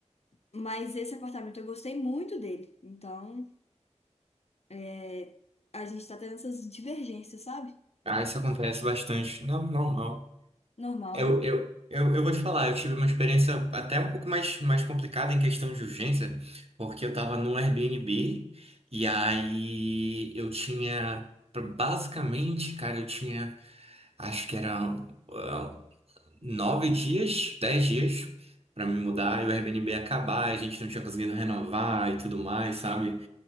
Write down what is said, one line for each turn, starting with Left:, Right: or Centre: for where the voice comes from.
Left: mas esse apartamento eu gostei muito dele. Então, é, a gente tá tendo essas divergências, sabe?
Right: Ah, isso acontece bastante. Não, normal.
Left: Normal,
Right: Eu,
Left: né?
Right: eu, eu, eu vou te falar, eu tive uma experiência até um pouco mais, mais complicada em questão de urgência, porque eu tava num Airbnb e aí eu tinha, basicamente, cara, eu tinha, acho que era ah, nove dias, dez dias para me mudar e o Airbnb acabar, a gente não tinha conseguido renovar e tudo mais, sabe?